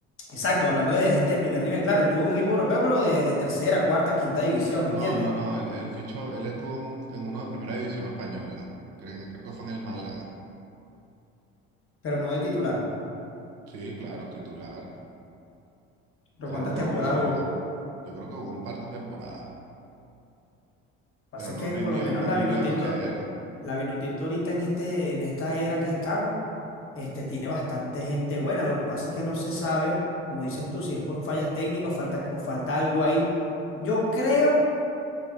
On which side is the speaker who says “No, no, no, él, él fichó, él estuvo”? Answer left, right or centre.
Right